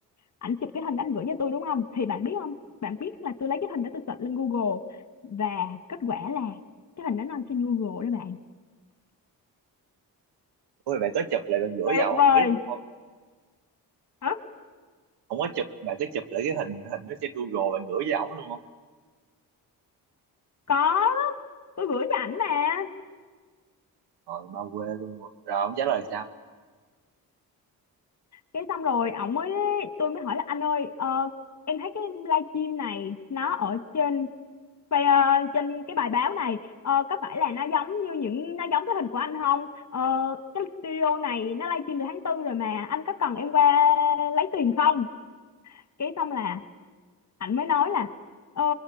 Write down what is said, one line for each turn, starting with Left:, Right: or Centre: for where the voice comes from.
Left: ảnh chụp cái hình đó ảnh gửi cho tôi đúng không thì bạn biết không bạn biết là tôi lấy cái hình đó tôi search lên Google và kết quả là cái hình đó nó trên Google đó bạn
Right: Ôi bạn có chụp lại bạn gửi
Left: tuyệt
Right: cho ổng
Left: vời
Right: không biết luôn không?
Left: Hả?
Right: Không có chụp, bạn có chụp lại cái hình hình đó trên Google bạn gửi cho ổng luôn không?
Left: Có, tôi gửi cho ảnh
Right: Ôi,
Left: mà.
Right: Rồi bao quê luôn rồi. Rồi ông trả lời sao?
Left: Cái xong rồi ổng mới tôi mới hỏi là anh ơi, ờ, em thấy cái livestream này nó ở trên vậy, ờ, trên cái bài báo này ờ, có phải là nó giống như những nó giống cái hình của anh không? Ờ, cái studio này nó livestream từ tháng tư rồi mà anh có cần em qua lấy tiền không? Cái xong là ảnh mới nói là "Ờ,